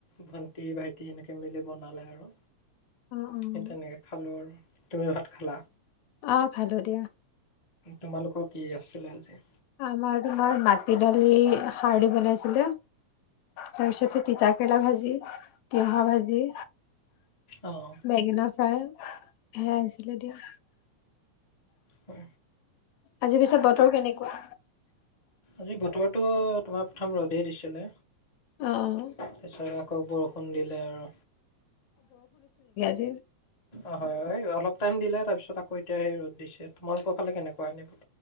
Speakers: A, on the left; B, on the left.
A: ভন্টি, ভাইটি এনেকে মিলি বনালে আৰু।
B: অ', অ',
A: সেই তেনেকে, খালোঁ আৰু। তুমি ভাত খালা
B: অ! খালো দিয়া।
A: তোমালোকৰ, কি আছিলে আজি?
B: আমাৰ তোমাৰ, মাটি দালি সাৰ দি বনাইছিলে। তাৰ পিছতে, তিতা কেৰেলা ভাজি। তিয়হৰ ভাজি।
A: অঁ
B: বেঙেনা ফ দাইল। সেয়াই আছিলে দিয়া।
A: অ
B: আজিৰ পিছত বতৰ কেনেকুৱা
A: আজি বতৰটো তোমাৰ প্ৰথম ৰদেই দিছিলে
B: অ',
A: তাৰপিছত আক আকৌ বৰষুণ দিলে আৰু
B: জি
A: অ হয় অলপ টাইম দিলে তাৰপিছত আকৌ এতিয়া সেই ৰ'দ দিছে তোমালোকৰ ফালে কেনেকোৱা এনে